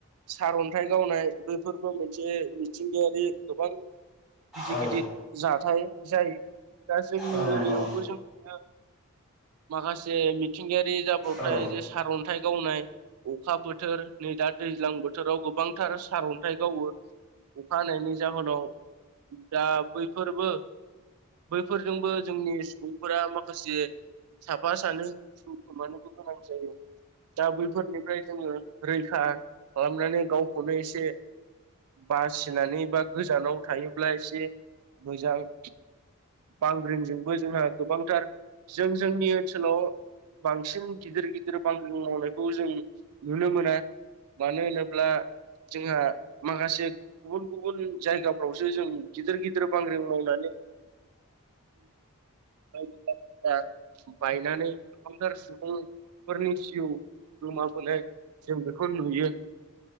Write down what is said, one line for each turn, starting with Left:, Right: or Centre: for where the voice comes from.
Right: सारन्थाइ गावनाय बैफोरबो मोनसे मिथिंगायारि गोबां गिदिर
Centre: औ
Right: गिदिर जाथाय जायो दा जोंनि
Centre: औ नंगौ
Right: एरियायावबो जों बिनो माखासे मिथिंगायारि जाब्रबथाय
Centre: औ नंगौ औ
Right: जे सारन्थाइ गावनाय अखा बोथोर नै दा दैज्लां बोथोराव गोबांथार सारन्थाइ गावो। अखा हानायनि जाहोनाव दा बैफोरबो बैफोरजोंबो जोंनि सुबुंफोर माखासे साफा सानै जिउ खोमानोबो गोनां जायो। दा बैफोरनिफ्राय जोङो रैखा खालामनानै गावखौनो एसे बासिनानै बा गोजानाव थायोब्ला एसे मोजां। बांग्रिंजोंबो जोंहा गोबांथार जों जोंनि ओनसोलाव बांसिन गिदिर गिदिर बांग्रिं मावनायखौ जों नुनो मोना। मानो होनोब्ला जोंहा माखासे गुबुन गुबुन जायगाफ्रावसो जों गिदिर गिदिर बांग्रिं मावनानै बायदि बसि बायनानै गोबांथार सुबुं फोरनि जिउ गोमाबलाय जों बेखौ नुयो।